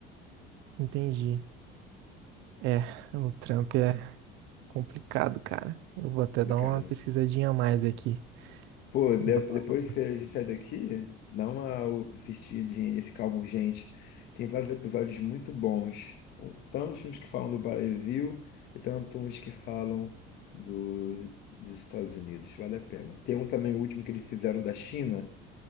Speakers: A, on the right (about 70°); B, on the left (about 55°).
A: Entendi. É, o Trump é complicado, cara. Eu vou até
B: Complicado.
A: dar uma pesquisadinha a mais aqui.
B: Pô, de-
A: Vou-
B: depois que a gente sai daqui, dá uma assistidinha nesse Calma Urgente. Tem vários episódios muito bons. Tanto os filmes que falam do Brasil e tanto uns que falam do- dos Estados Unidos. Vale a pena. Tem um também, o último que eles fizeram da China,